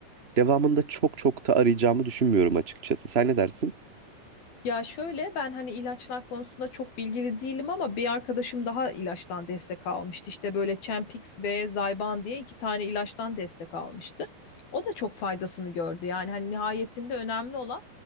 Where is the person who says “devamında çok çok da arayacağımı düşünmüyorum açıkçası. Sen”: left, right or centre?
Right